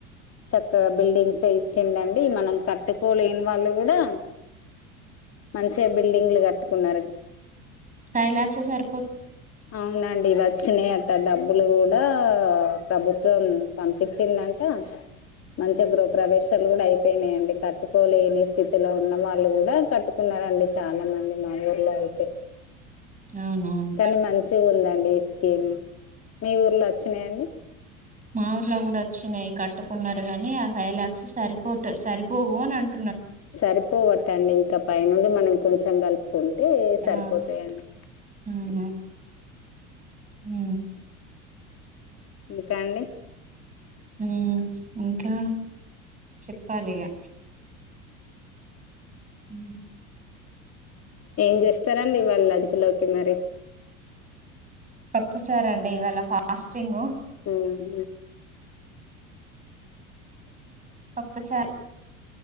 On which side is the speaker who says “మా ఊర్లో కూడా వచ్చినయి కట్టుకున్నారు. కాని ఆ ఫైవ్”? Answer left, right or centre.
Right